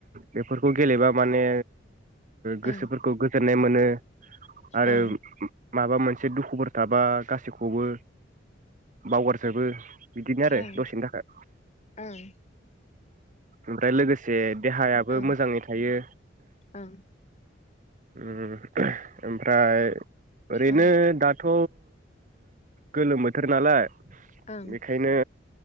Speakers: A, on the right; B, on the left.
A: बेफोरखौ गेलेबा माने
B: ओं
A: गोसोफोरखौ गोजो नाय मोनो। आरो
B: ओं
A: माबा मोनसे दुखुफोर थाबा गासैखौबो बावगारजोबो। बिदिनो आरो
B: ओं
A: दसेनि थाखाय
B: ओं
A: ओमफ्राय लोगोसे देहायाबो
B: ओं
A: मोजाङै थायो।
B: ओं
A: उम। ओमफ्राय ओरैनो
B: ओं
A: दाथ' गोलोम थोर नालाय।
B: ओं
A: बेखायनो